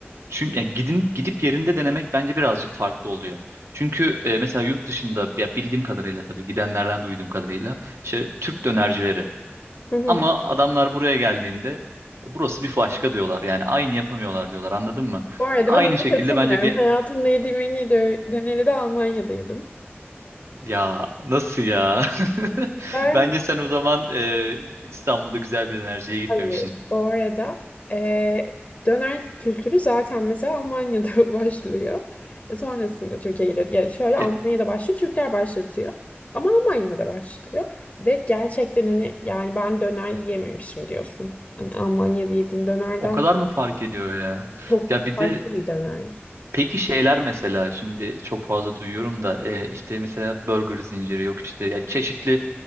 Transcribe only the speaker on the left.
Hı hı.
Bu arada
ben ona
katılmıyorum.
Hayatımda yediğim en iyi dö- döneri de Almanya'da yedim.
Ben
Hayır. Bu arada eee, döner kültürü zaten mesela Almanya'da <laughs> başlıyor. E, Sonrasında Türkiye'ye geliyor. Yani şöyle Almanya'da
başlıyor, Türkler başlatıyor. Ama Almanya'da başlıyor. Ve gerçekten hani yani ben döner yiyememişim diyorsun. Hani Almanya'da yediğin dönerden
çok
farklı
bir döner.